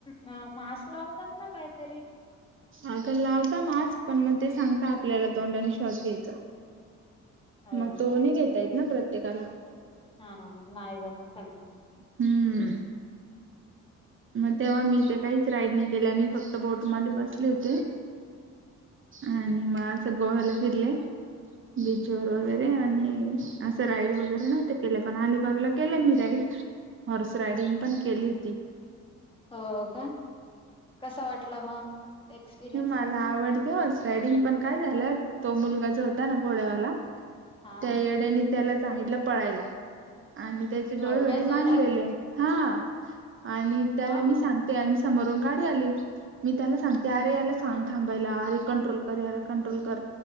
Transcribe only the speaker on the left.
मास्क लावतात ना काहीतरी.
हो
काय
हा ना म नाई जमत सगळ्यांना
हो का कस वाटलं मग? एक्सपिरियन्स
हा
हो
काय जोरात
मग